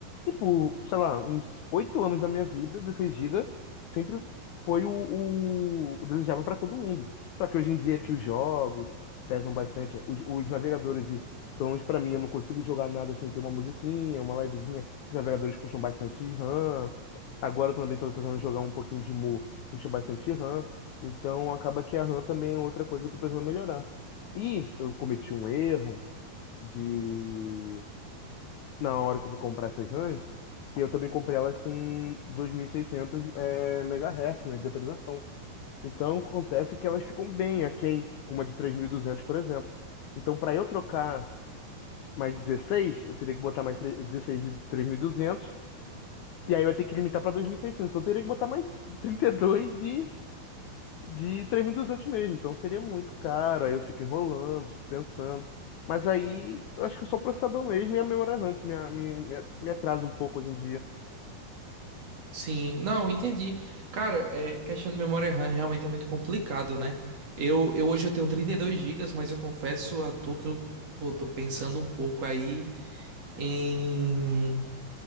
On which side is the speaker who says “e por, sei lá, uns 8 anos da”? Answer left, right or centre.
Left